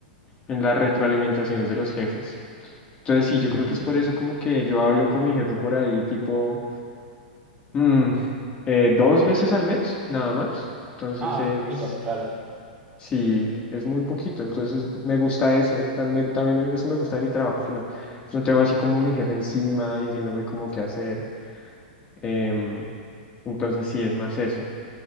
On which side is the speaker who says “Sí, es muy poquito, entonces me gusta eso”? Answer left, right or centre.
Left